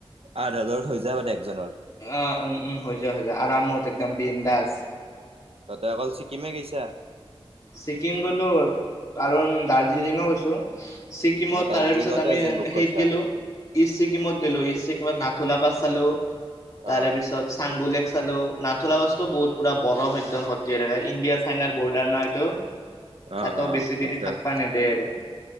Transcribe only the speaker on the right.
আঠ হাজাৰত হৈ যায় মানে একজনৰ
তহতে অকল ছিকিমে গৈছা।
মানে দাৰ্জিলিঙতো
এজেণ্ট বুক
কৰিছা
অ
অ',
অ',
তাৰপিছত